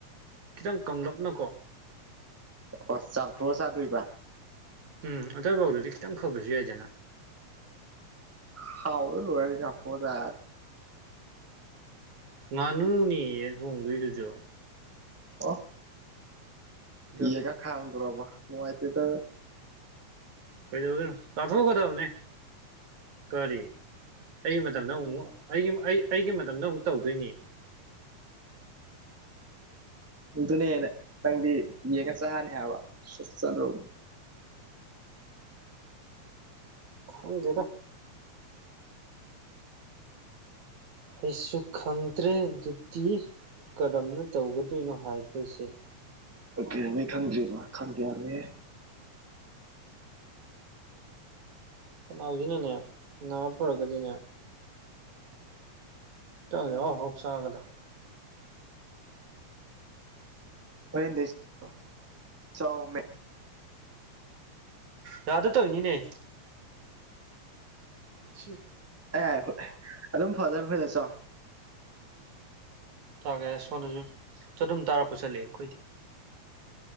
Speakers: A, on the right (about 75°); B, in the centre.
A: ꯈꯤꯇꯪ ꯀꯪꯂꯞꯅꯀꯣ
B: ꯄ ꯆ ꯊꯑꯁꯥ ꯑꯗꯨꯏꯕ
A: ꯎꯝ ꯑꯗꯨꯋꯥꯏꯐꯥꯎꯗꯗꯤ ꯈꯤꯇꯪ ꯐꯕꯁꯨ ꯌꯥꯏꯗꯅ
B: ꯍꯥꯎ ꯂꯍ ꯊꯄꯗ
A: ꯉꯥꯅꯨꯅꯦꯌꯦ ꯊꯣꯡꯗꯣꯏꯗꯨꯁꯨ
B: ꯑ
A: ꯑꯗ
B: ꯏꯀ ꯈꯗꯔꯕ ꯅꯅꯨꯡꯉꯥꯏꯠꯇ
A: ꯀꯩꯗꯧꯗꯣꯏꯅꯣ ꯂꯥꯊꯣꯛꯀꯗꯕꯅꯤ ꯀꯔꯤ ꯑꯩ ꯃꯇꯝꯗꯪ ꯑꯃꯨꯛꯛ ꯑꯩꯒꯤ ꯑꯩ ꯑꯩꯒꯤ ꯃꯇꯝꯗ ꯑꯃꯨꯛ ꯇꯧꯗꯣꯏꯅꯤ
B: ꯑꯗꯨꯗꯨꯅꯦꯦ ꯅꯪꯗꯤ ꯌꯦꯡꯉ ꯆꯍꯅꯤ ꯍꯥꯏꯕ ꯆꯠ ꯆꯠꯂꯨ
A: ꯍꯗꯤꯦ ꯇ ꯑꯩꯁꯨ ꯈꯪꯗ꯭ꯔꯦ ꯑꯗꯨꯗꯤ ꯀꯔꯝꯅ ꯇꯧꯒꯗꯣꯏꯅꯣ ꯍꯥꯏꯕꯁꯦ
B: ꯀꯩꯩꯅꯃꯩ ꯈꯪꯗ꯭ꯦꯕ ꯈꯪꯗꯦ ꯌꯥꯔꯣꯏꯍꯦ
A: ꯈꯅꯥꯎꯁꯤꯅꯅꯦ ꯅꯥ ꯐꯔꯒꯗꯤꯅꯦ ꯇꯪꯦ ꯍꯣꯞꯁꯥꯒꯗ
B: ꯐꯣꯏꯦꯟꯗꯦꯁ
A: ꯇ
B: ꯆꯥꯎꯝꯃꯦ
A: ꯌꯥꯗ ꯇꯣꯏꯅꯤꯅꯦ ꯊꯦꯡꯀꯤꯌꯨ
B: ꯑꯦ ꯍꯣꯏ ꯑꯗꯨꯝ ꯐꯗꯕ ꯐꯣꯏꯗꯠ ꯆꯣ
A: ꯆꯥꯦ ꯁꯣꯗꯁꯨ ꯆ ꯑꯗꯨꯝ ꯇꯥꯔꯛꯄ ꯆꯠꯂꯛꯑꯦ ꯑꯩꯈꯣꯏꯗꯤ